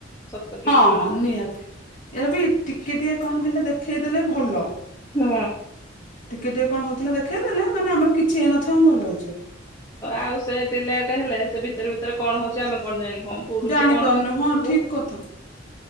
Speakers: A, on the left; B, on the left.
A: ସତ କି
B: ହଁ
A: କଣ?
B: ହଁ ନିହାତି ଏରାବି ଟିକେ ଟିକେ କଣ ହେଲେ ଦେଖେଇଦେଲେ ଭଲ।
A: ହୁଁ।
B: ଟିକେ ଟିକେ କଣ ହଉଥିଲା ଦେଖେଇ ଦେଲେ ମାନେ ଆମର କିଛି ହେଇ ନଥିବ ଆମେ ଭଲ ହେଇଯିବା।
A: ଆଉ ସେଠି ଲେଟ୍ ହେଲେ ସେ ଭିତରେ ଭିତରେ କଣ ହଉଛି ଆମେ କଣ ଜାଣିଲୁ ହଁ ପୋଡୁଛି
B: ଜାଣିପାରୁନି
A: କଣ ପାଇଁ ପୁଡୁଥିବ।
B: ହଁ ଠିକ କଥା